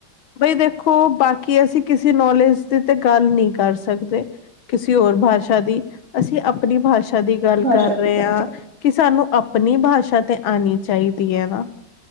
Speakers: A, on the left (about 80°); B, on the right (about 30°).
A: ਬਈ ਦੇਖੋ ਬਾਕੀ ਅਸੀਂ ਕਿਸੇ ਨੋਲੇਜ ਦੀ ਤੇ ਗੱਲ ਨਹੀਂ ਕਰ ਸਕਦੇ ਕਿਸੇ ਹੋਰ ਭਾਸ਼ਾ ਦੀ ਅਸੀਂ ਆਪਣੀ ਭਾਸ਼ਾ ਦੀ ਗੱਲ
B: ਭਾਸ਼ਾ
A: ਕਰ ਰਹੇ
B: ਦੀ ਗੱਲ
A: ਹਾਂ। ਕਿ ਸਾਨੂੰ ਆਪਣੀ ਭਾਸ਼ਾ ਤੇ ਆਉਣੀ ਚਾਹੀਦੀ ਹੈ ਨਾ